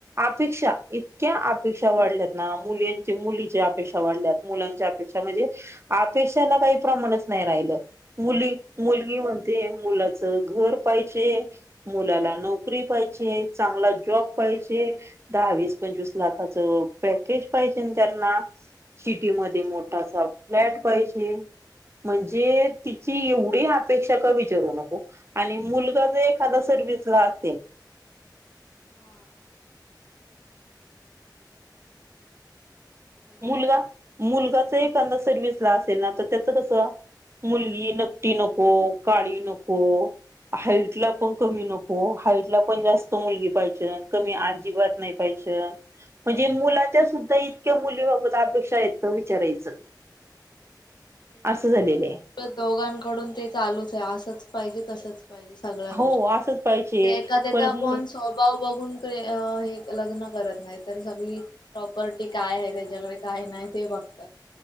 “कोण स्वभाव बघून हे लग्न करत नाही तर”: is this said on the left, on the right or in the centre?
Left